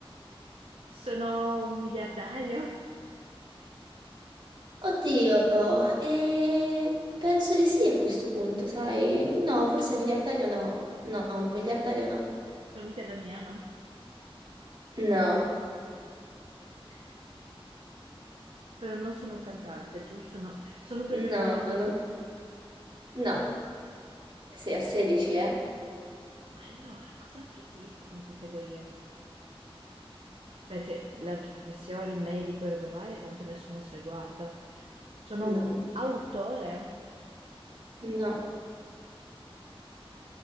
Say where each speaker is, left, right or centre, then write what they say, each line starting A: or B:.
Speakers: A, on the right; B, on the right.
A: Sono un miliardario,
B: Oddio, eh, penso di sì a questo punto, sai?
A: <laughs>
B: No,
A: però
B: forse miliardario no. No, miliardario no.
A: sono mica Damiano.
B: No,
A: Ok, però non sono un cantante, giusto? No. Sono presentatore
B: no,
A: TV?
B: non... No, sei a 16, eh?
A: Allora, cos'altro esiste come categoria? Perché le altre professioni, medico e robe varie, tanto nessuno se le guarda. Sono
B: No,
A: un
B: non chiaro.
A: autore,
B: No.